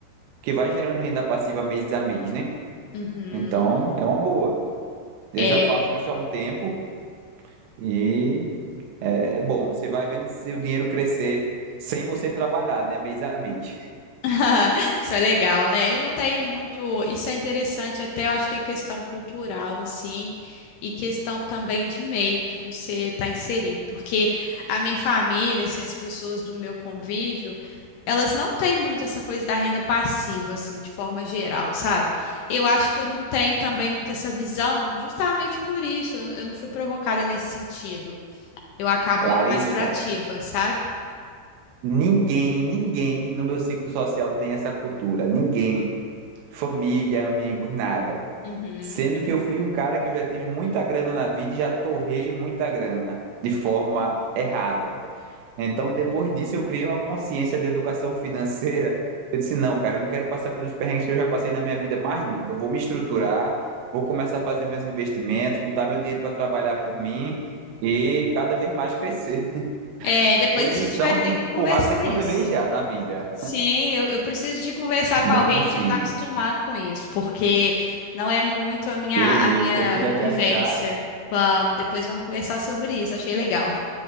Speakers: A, on the right; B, on the left.
A: que vai gerando renda passiva mês a mês, né?
B: Uhum.
A: Então, é uma boa. Eu
B: É,
A: já faço isso há um tempo. E É bom, você vai vendo seu dinheiro crescer sem você trabalhar, né? Mês a mês.
B: <laughs> Isso é legal, né? Eu não tenho muito. Isso é interessante, até eu acho que é questão cultural, assim, e questão também de meio que você está inserido, porque a minha família, assim, as pessoas do meu convívio, elas não têm muito essa coisa da renda passiva, assim, de forma geral, sabe? Eu acho que eu não tenho também muito essa visão, justamente por isso, eu, eu não fui provocada nesse sentido. Eu acabo
A: Larissa,
B: indo mais para ativa, sabe?
A: ninguém, ninguém no meu ciclo social tem essa cultura. Ninguém. Família, amigos, nada.
B: Uhum.
A: Sendo que eu fui um cara que eu já tive muita grana na vida e já torrei muita grana de forma errada. Então, depois disso, eu criei uma consciência de educação financeira. Eu disse, não, cara, eu não quero passar pelos perrengues que eu já passei na minha vida mais nunca. Eu vou me estruturar, vou começar a fazer meus investimentos, botar meu dinheiro para trabalhar por mim e cada vez mais crescer.
B: É,
A: <laughs>
B: depois
A: Foi
B: a
A: lição
B: gente vai ter
A: de
B: que conversar
A: porrada que
B: isso.
A: eu levei já na vida.
B: Sim, eu, eu preciso de conversar com
A: Vamos
B: alguém que já
A: sim.
B: está acostumado com isso, porque não é muito a minha,
A: Beleza,
B: a minha
A: o que eu puder te
B: vivência.
A: ajudar.
B: Vamos, depois vamos conversar sobre isso, achei legal.